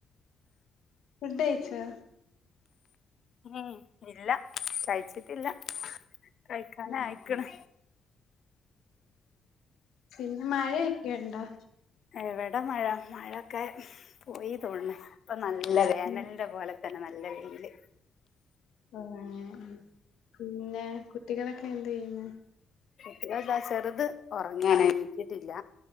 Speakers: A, on the left; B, on the left.
A: ഫുഡ് കഴിച്ചോ
B: ഉം ഇല്ല കഴിച്ചിട്ടില്ല കഴിക്കാനായിക്കണ്
A: ഉം ഉം പിന്നെ മഴയൊക്കെ ഇണ്ടോ
B: എവിടെ മഴ മഴൊക്കെ പോയി തോന്ന്ണ് ഇപ്പം നല്ല വേനലിന്റെ
A: ഉം
B: പോലെ തന്നെ നല്ലെ വെയില്
A: ഏ ഉം പിന്നെ കുട്ടികളൊക്കെ എന്ത് ചെയ്യ്ന്നേ
B: പിന്നെന്താ ചെറ്ത് ഒറങ്ങാണ് എണീറ്റിട്ടില്ല